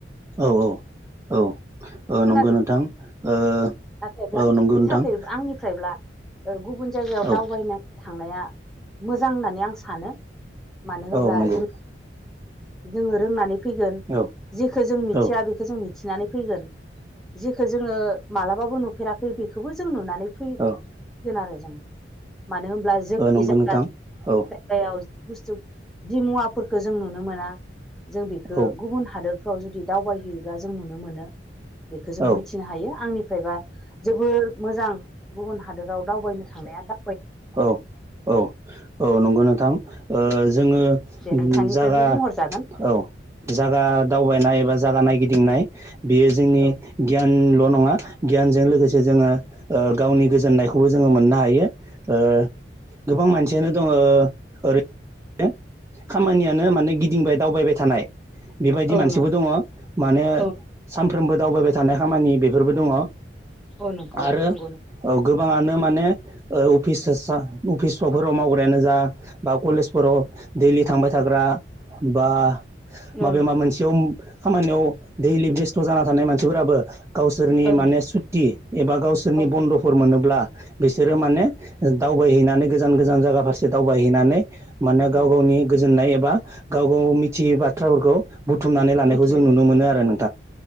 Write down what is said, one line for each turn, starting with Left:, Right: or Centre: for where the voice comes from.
Right: औ औ औ औ
Centre: खोनादों
Right: नंगौ नोंथां ओ
Centre: नाथायब्ला आंनि
Right: औ नंगौ नोंथां
Centre: थाखाय आंनिफ्रायब्ला गुबुन जायगायाव
Right: औ
Centre: दावबायनो थांनाया मोजां होननानै आं सानो मानो होनोब्ला
Right: औ नंगौ
Centre: जों जोङो रोंनानै फैगोन
Right: औ
Centre: जिखौ जों मिथिया
Right: औ
Centre: बेखौ जों मिथिनानै फैगोन जिखौ जोङो मालाबाबो नुफेराखै बेखौबो जों नुनानै फैगोन
Right: औ
Centre: आरो जोङो मानो होनब्ला जोंनि
Right: ओ नंगौ
Centre: जायग
Right: नोंथां
Centre: जायगायाव
Right: औ
Centre: बुस्थु जिमुवाफोरखौ जों नुनो मोना जों बेखौ
Right: औ
Centre: गुबुन हादोर फ्राव जुदि दावबायहैयोबा जों नुनो मोनो बेखौ जों
Right: औ औ
Centre: मिथिनो हायो आंनिफ्रायबा जोबो मोजां गुबुन हादोराव दावबायनो थांनाया दा
Right: औ औ औ नंगौ नोंथां ओ जोङो
Centre: दे नोंथांनिफ्रायबो
Right: जागा
Centre: बुंहरजागोन
Right: औ जागा दावबाय बा जायगा नायगिदिंनाय बेयो जोंनि
Centre: औ
Right: गियानिल' नङा गियानजों लोगोसे जोङो ओ गावनि गोजोन्नायखौबो जोङो मोननो हायो ओ गोबां मानसियानो दङ ओरै खामानियानो माने गिदिंबाय दावबाय थानाय बेबायदि
Centre: औ
Right: मानसिबो
Centre: नों औ नंगौ नोंथां
Right: दङ माने
Centre: औ
Right: सामफ्रा फ्रोमबो दावबाय थानाय खामानि बेफोरबो दङ
Centre: औ नोंगौ
Right: आरो
Centre: नंगौ
Right: औ गोबाङानो माने औ अफिस अफिसफोराव मावग्रायानो जा बा कलेजफोराव दैलि थांबाय थाग्रा बा
Centre: नंगौ
Right: माबे मा मोनसेयाव खामानियाव दैलि बेस्थ' जाना थानाय मानसिफोराबो गावसोरनि
Centre: औ
Right: माने सुक्ति एबा गावसोरनि
Centre: नंगौ औ
Right: बन्द'फोर मोनोब्ला बिसोरो माने दावबायहैनानै गोजान गोजान जायगा फारसे दावबायहैनानै माने
Centre: उम
Right: गाव गावनि गोजोननाय एबा गाव गाव मिथियै बाथ्राफोरखौ बुथुमनानै लानायखौ
Centre: मोनथिनो
Right: जों नुनो मोनो आरो नों